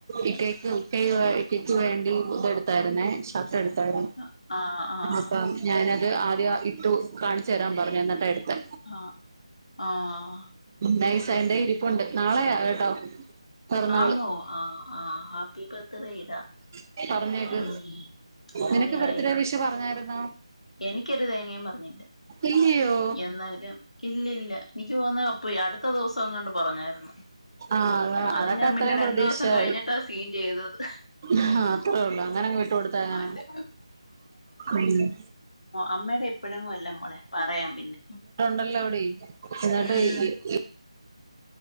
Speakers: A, on the right; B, on the left.
A: ഇക്കക്ക് ഇക്കയു ഇക്കാക്ക് വേണ്ടി ഇതെടുത്താരുന്നേ ശാ ട്ട് എടതേൻ
B: അ- ആഹ് ആഹ്
A: അപ്പ ഞാനത് ആദ്യ ഇട്ടു കാണിചേരാൻ പറഞ്ഞു എന്നിട്ടാ എടുത്തെ
B: ആഹ്‌ ആഹ്
A: നൈസ എന്റയ് ഇരിപ്പൊണ്ട് നാളെയാ കെട്ടോ. പൊറന്നാള്
B: ആന്നോ ആഹ് ആഹ് ഹാപ്പി ബർത്ത്ഡേ ഇടാ
A: ഉം പറഞ്ഞേത്
B: ഉം യാ
A: നിനക്ക്
B: യാ
A: ബർത്തഡേ
B: യാ
A: വിഷ് പറഞ്ഞായിരുന്നോ?
B: എനിക്കൊരു തേങ്ങേ പറഞ്ഞില്ല.
A: ഇല്ലിയോ?
B: എന്നാലും ഇല്ലില്ല എനിക്ക് തോന്നെ യ്പ്പ അടുത്ത ദിവസംങ്ങാണ്ട് പറഞ്ഞായിരുന്നു.
A: ആഹ് അത
B: അത്
A: അതൊക്കെ
B: ഞാ
A: അത്രയും
B: പിന്നെ രണ്ടു
A: പ്രതീക്ഷിച്ചാ
B: ദിവസം കഴിഞ്ഞിട്ടാ
A: മതി
B: സീൻ ചെയ്തത്
A: ആഹ് അത്രേ ഉള്ളൂ അങ്ങനങ്ങ് വിട്ട് കൊടുത്താ എങ്ങനാ
B: അല്ല
A: ഉം
B: അമ്മായിടെ ഇപ്പലൊന്നു എല്ല പറയാ പിന്നെ.
A: തള്ളോടി എന്നിട്ട്
B: ഉം
A: ഈ ഈ ഈ